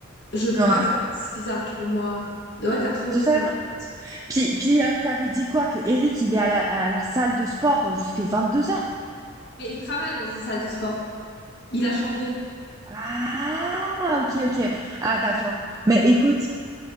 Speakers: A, on the left; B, on the right.
A: je peux
B: Ouais,
A: pas savoir si ça marche pour moi. Ouais, t'as trop raison
B: totalement.
A: en fait.
B: Puis, puis euh, t'avais dit quoi? Que Eric, il est à la, à la salle de sport jusqu'à deux heures.
A: Mais il travaille dans une salle de sport. Il a changé.
B: Ah, ok, ok. Ah, d'accord. Mais écoute,